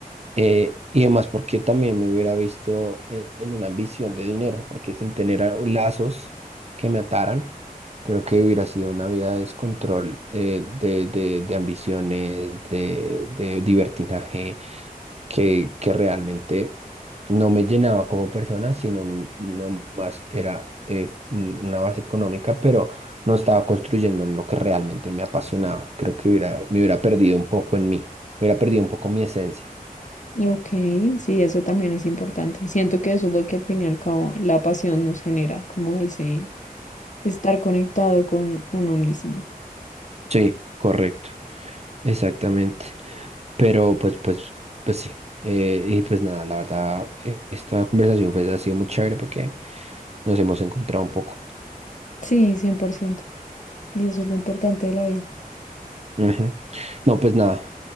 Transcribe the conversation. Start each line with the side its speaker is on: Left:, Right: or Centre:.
Right: Eh, y además porque también me hubiera visto eh, en una ambición de dinero, porque sin tener a- lazos que me ataran, creo que hubiera sido una vida de descontrol, eh, de, de, de ambiciones, de, de libertinaje, que, que realmente no me llenaba como persona, sino m- no más era eh, un- una base económica, pero no estaba construyendo en lo que realmente me apasionaba. Creo que hubiera, me hubiera perdido un poco en mí, hubiera perdido un poco mi esencia.
Left: Ok, sí, eso también es importante. Y siento que eso es lo que al fin y al cabo la pasión nos genera, como ese estar conectado con uno mismo.
Right: Sí, correcto, exactamente. Pero pues, pues, pues sí. Eh, y pues nada, la verdad, eh, esta conversación fue- ha sido muy chévere porque nos hemos encontrado un poco.
Left: Sí, cien por ciento Y eso es lo importante de la vida.
Right: Ujú. No, pues nada,